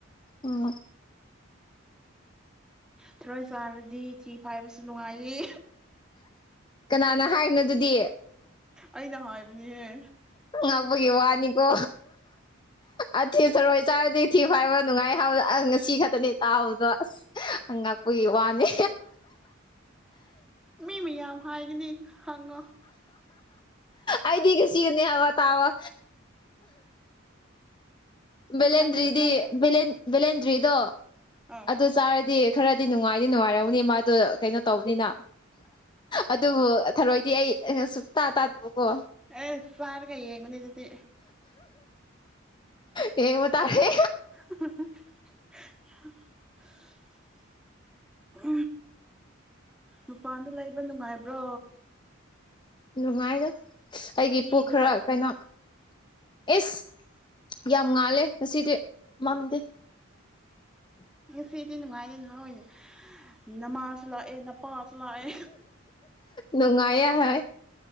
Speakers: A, on the left (about 20°); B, in the centre.
A: ꯑꯣ
B: ꯊꯔꯣꯏ ꯆꯥꯔꯗꯤ ꯊꯤ ꯐꯥꯏꯕꯁꯨ ꯅꯨꯡꯉꯥꯏꯌꯦ
A: ꯀꯅꯥꯅ ꯍꯥꯏꯅꯣ ꯑꯗꯨꯗꯤ
B: ꯑꯩꯅ ꯍꯥꯏꯕꯅꯤꯍꯦ
A: ꯉꯥꯡꯕꯒꯤ ꯋꯥꯅꯤꯀꯣ ꯑꯊꯤ ꯆꯔꯣꯏ ꯆꯥꯔꯗꯤ ꯊꯤꯕ ꯍꯥꯏꯕ ꯅꯨꯡꯉꯥꯏ ꯍꯥꯏꯕꯗꯣ ꯑꯁ ꯉꯁꯤ ꯈꯛꯇꯅꯦ ꯇꯥꯎꯕꯗꯣ ꯑꯁ ꯉꯛꯄꯒꯤ ꯋꯥꯅꯤ
B: ꯃꯤ ꯃꯤꯌꯥꯝ ꯍꯥꯏꯒꯅꯤ ꯈꯪꯉꯣ
A: ꯑꯩꯗꯤꯒꯁꯤꯒꯅꯦ ꯍꯥꯏꯋꯥ ꯇꯥꯋꯥ ꯚꯦꯂꯦꯟꯗ꯭ꯔꯤꯗꯤ
B: ꯏꯊꯟꯇ ꯅꯠ
A: ꯚꯦꯂꯦꯟꯗ꯭ꯔꯤꯗꯣ
B: ꯑꯥ
A: ꯑꯗꯨ ꯆꯥꯔꯗꯤ ꯈꯔ ꯑꯗꯨꯗꯤ ꯅꯨꯡꯉꯥꯏꯗꯤ ꯅꯨꯡꯉꯥꯏꯔꯧꯅꯤ ꯃꯥꯗꯣ ꯀꯩꯅꯣ ꯇꯧꯕꯅꯤꯅ ꯑꯗꯨꯕꯨ ꯗꯤꯏ ꯁꯛꯇꯇꯥ ꯇ ꯑꯗꯨꯃꯀꯣ
B: ꯑꯦ ꯆꯥꯔꯒ ꯌꯦꯡꯉꯨꯅꯦ ꯑꯗꯨꯗꯤ
A: ꯑꯦꯕꯨ ꯇꯔꯦ
B: <unintelligible> ꯃꯄꯥꯟꯗ ꯂꯩꯕ ꯅꯨꯡꯉꯥꯏꯕ꯭ꯔꯣ
A: ꯅꯨꯡꯉꯥꯏꯔ ꯑꯩꯒꯤ
B: ꯀꯤꯗ꯭ꯔꯣ
A: ꯄꯨꯣ ꯈꯔ ꯀꯩꯅꯣ ꯑꯦꯁ ꯌꯥꯝ ꯉꯥꯜꯂꯦ ꯉꯁꯤꯗꯤ ꯃꯝꯗꯦ
B: ꯁꯤꯗꯤ ꯅꯨꯡꯉꯥꯏꯔꯦ ꯅꯣꯏꯅꯦ ꯅꯃꯥꯖꯁꯨ ꯂꯥꯛꯑꯦ ꯄꯥꯁ ꯂꯥꯛꯑ
A: ꯅꯨꯡꯉꯥꯏ ꯌꯥꯔꯣꯏ